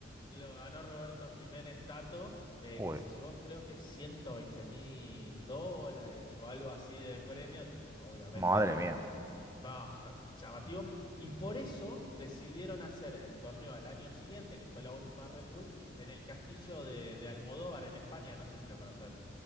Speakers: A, on the left (about 25°); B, on the right (about 15°).
A: lo ganó Roberto Jiménez Tato, eh,
B: Joder.
A: que se llevó creo que ciento veinte mil dólares o algo así de premio. Te- Obviamente
B: Madre mía.
A: no, <laughs> es llamativo. Y por eso decidieron hacer el torneo al año siguiente, que fue la última Red Bull, en el castillo de, de Almodóvar en España. No sé si lo conoces.